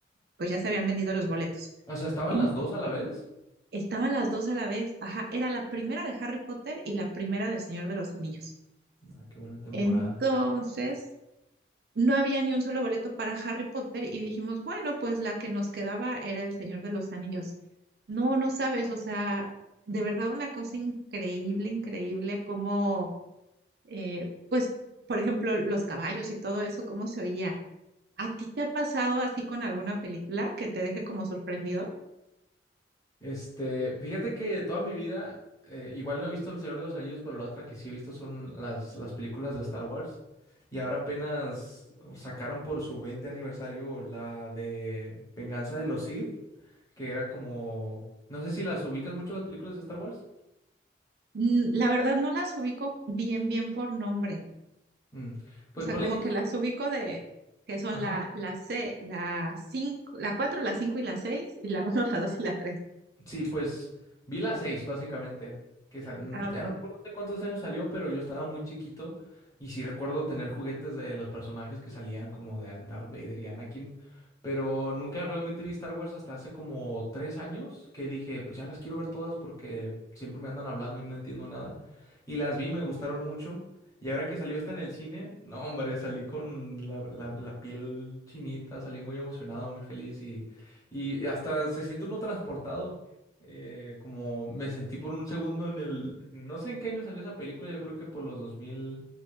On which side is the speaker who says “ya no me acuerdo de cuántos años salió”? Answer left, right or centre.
Left